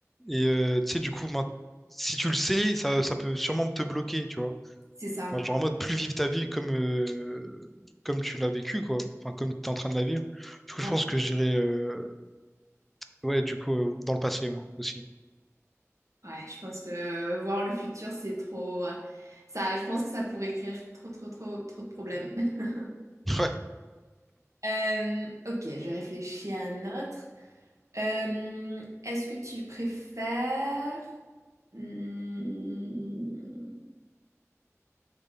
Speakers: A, in the centre; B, on the right.
A: et euh, tu sais, du coup, main- si tu le sais, ça, ça peut sûrement te bloquer, tu vois.
B: c'est ça.
A: Enfin, genre en mode plus vivre ta vie comme, euh, comme tu l'as vécu, quoi. Enfin, comme tu es en train de la vivre. Du coup,
B: Ouais.
A: je pense que je dirais, euh, ouais, du coup, euh, dans le passé, moi aussi.
B: Ouais, je pense que euh, voir le futur, c'est trop... euh, Ça, je pense que ça pourrait créer trop, trop, trop, trop de problèmes. <laughs>
A: <laughs> Ouais.
B: Euh, ok, je réfléchis à un autre. Euh, est-ce que tu préfères... Hmm,